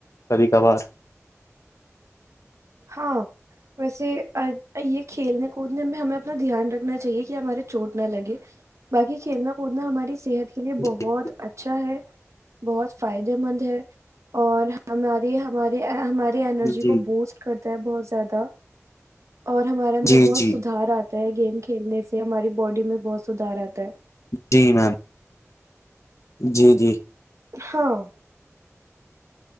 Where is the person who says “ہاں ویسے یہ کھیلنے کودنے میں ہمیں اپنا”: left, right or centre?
Right